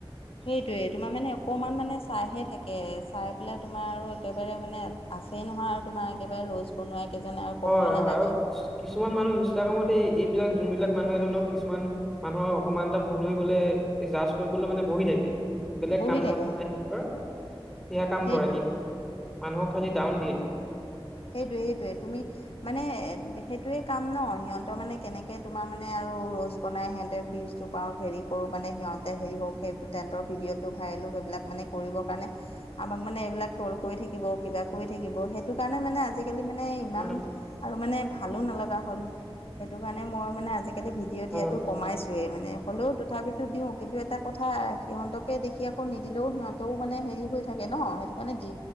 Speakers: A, on the left; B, in the centre.
A: সেইটোয়ে তোমাৰ মানে অকমান মানে চাইহে থাকে চাই পেলাই তোমাৰ আৰু একেবাৰে মানে আছেই নহয় আৰু তোমাৰ একেবাৰে ৰ'লছ বনোৱা কেইজনে আৰু
B: হয়
A: ক'বই
B: হয়
A: নালাগে
B: আৰু কিছুমান মানুহ ইনষ্টাগ্ৰামত এইবিলাক যোনবিলাক মানুহে ধৰি লক কিছুমান মানুহৰ অকমান এটা ভুল হৈ গলে জাৰ্জ কৰিবলৈ মানে বহি থাকে বেলেগ
A: বহি
B: কাম
A: থাকে
B: ধান্দা নাই সিঁহতৰ সেয়া কাম
A: সেইটোৱে
B: কৰে সিহতে মানুহক খালি ডাউন দিয়ে
A: সেইটোয়ে সেইটোয়ে তুমি মানে সেইটোয়ে কাম ন সিহঁতৰ মানে কেনেকে তোমাৰ মানে আৰু ৰ'লছ বনাই সিহঁতে ভিউজ টো পাওঁ হেৰি কৰোঁ মানে সিহঁতে হেৰি হওক সেই টেণ্টৰ ভিডিঅ'টো ভাইৰেল হওক সেবিলাক মানে কৰিবৰ কাৰণে আমাক মানে এইবিলাক ট্ৰ'ল কৰি থাকিব কিবা কৰি থাকিব সেইটো কাৰণে মানে আজিকালি মানে ইমান
B: উম
A: আৰু মানে ভালো নলগা হ'ল সেইটো কাৰণে মই মানে আজিকালি ভিডিঅ'
B: হয়
A: দিয়াটো কমাইছোঁ ে মানে হ'লেও তথাপিতো দিও কিন্তু এটা কথা সিহঁতকে দেখি আকৌ নিদিলেও সিহঁতও মানে হেৰি হৈ থাকে ন সেইটো কাৰণে দি